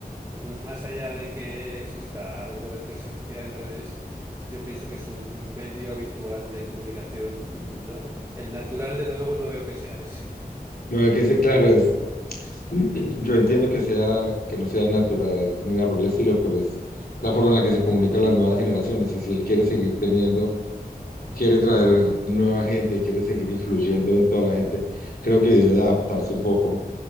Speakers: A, on the right; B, on the left.
A: más allá de que exista algo de presencia en redes, yo pienso que su medio habitual de comunicación, no- el natural, desde luego, no veo que sea ese.
B: no. No, es que ese, claro, es, <clears throat> Yo entiendo que sea, que no sea natural ni nada por el estilo, pero es la forma en la que se comunican las nuevas generaciones. Y si él quiere seguir teniendo, quiere traer nueva gente y quiere seguir influyendo en toda la gente, creo que debe adaptarse un poco